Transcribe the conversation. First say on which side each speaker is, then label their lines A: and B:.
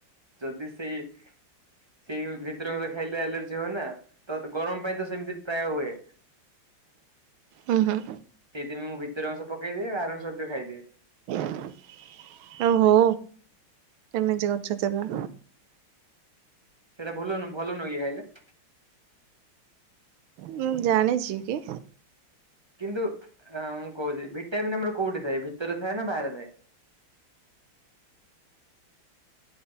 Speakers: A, on the right; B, on the right.
A: ଯଦି ସେଇ ସେଇ ଭିତରଙ୍କ ଖାଇଲେ ଆଲର୍ଜି ହୁଏନା ତ ଗରମ ପାଇଁ ତ ସେମିତି ପ୍ରାୟ ହୁଏ।
B: ହୁଁ ହୁଁ
A: ସେଇଥିପାଇଁ ମୁଁ ଭିତର ଅଂଶ ପକେଇଦିଏ ବାହାର ଅଂଶ ସବୁ ଖାଇଦିଏ।
B: ହ ଓ ହୋ ଏମିତି କରୁଛ ତେବେ।
A: ସେଇଟା ଭଲନୁ ଭଲନୁ କି ଖାଇଲେ
B: ମୁଁ ଜାଣିଛି କି
A: କିନ୍ତୁ ମୁଁ କହୁଛି ଭିଟାମିନ୍ ଆମର କୋଉଠି ଥାଏ ଭିତରେ ଥାଏ ନା ବାହାରେ ଥାଏ
B: <inaudible>